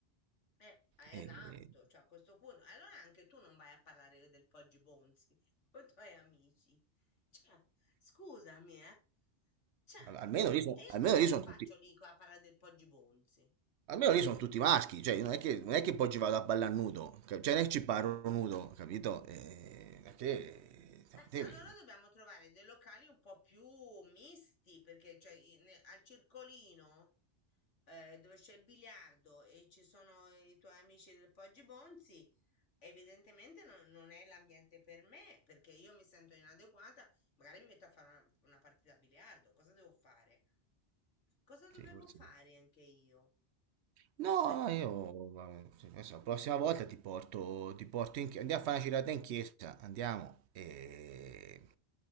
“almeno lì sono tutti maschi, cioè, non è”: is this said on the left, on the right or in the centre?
Right